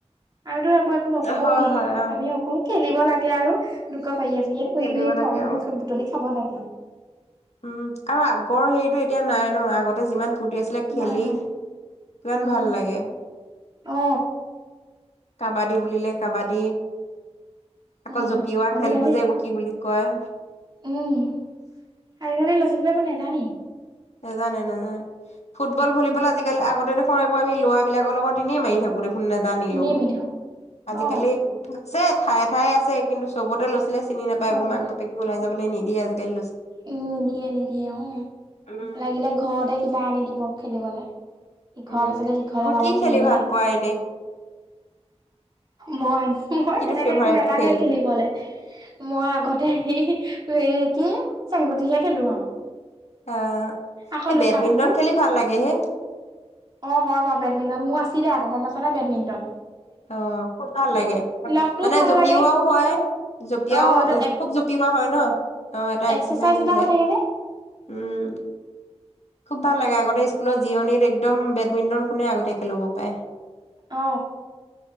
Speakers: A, on the right; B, on the left.
A: আমিতো সেইবোৰ একো নকওঁৱেই
B: হয় হয় অ
A: আমি অকল খেলিব লাগে আৰু লোকৰ বাৰীয়ে বাৰীয়ে ঘুৰি
B: খেলিব
A: ঘুৰি
B: লাগে
A: ফল মূল
B: আৰু
A: চব বুটলি খাব লাগে
B: উম আৰু আগৰ হেৰিটো এতিয়া নাই ন আগতে যিমান ফুুৰ্তি আছিলে খেলি
A: নাই নাই
B: কিমান
A: উম
B: ভাল লাগে
A: অ
B: কাবাডী বুলিলে কাবাডী আকৌ
A: উম
B: জপিওৱা
A: আজিকালি
B: খেলবোৰ যে এই বো কি বুলি কয়
A: উম আজিকালিৰ লৰাচোৱালীৰ বাবু একো নাজানে
B: নাজানে নাজা ফুটবল, ভলিবল আজ আগতে দেখোন এইবুৰ আমি লৰাবিলাকৰ লগত এনেই মাৰি থাকো। ফুনা নাজানিলো
A: এনেই মাৰি থাকো
B: আজিকালি
A: অ
B: ছে ঠায়ে-ঠায়ে আছে কিন্তু চবতে লৈছিলে চিনি নায়াই
A: চবতে
B: মাক বাপেকে ওলাজাবলৈ নিদি দি আজিকাল
A: উম, দিয়ে ন দিয় অ,
B: উম,
A: লাগিলে ঘতে কিবা আনি দীপক খেলিবলৈ ইঘৰ
B: উম,
A: ল'ৰা, ছোৱালী সিখৰলৈ
B: মই
A: যাবলৈ
B: কি খেলি
A: নিদিয়ে,
B: ভাল পোৱা এনে?
A: মই-মই
B: কিটো
A: তেনেকে
B: ফেভাৰেট
A: একো নাজানোৱে
B: খেল?
A: খেলিবলে, মই আগতে সি হেৰি কি চেংগটিহে খেলো আৰু।
B: আহ,
A: আকৌ
B: এই
A: লুকা-ভাকু
B: বেডমিন্টন খেলি ভাল লাগে হে।
A: অ', হয় বাৰু বেডমিন্টন মোৰ আছিলে আকৌ গম পাইছ নে বেডমিণ্টন
B: অ খুব ভাল লাগে,
A: লগটোও
B: মানে
A: ভাল
B: জপিওৱাও
A: লাগে
B: হয়, জঁপিয়াও-খুব-জপিওা
A: অ এইটো
B: হয় ন অ ', এটা এক্সাৰচাইজ
A: চেচা-চতা
B: যায়
A: হৈ থাকে যে
B: উম খুব ভাল লাগে আগতে স্কুলত জিৰণিৰ এক একদম বেডমিটন কোনে আগতে এক ল পায়
A: অ।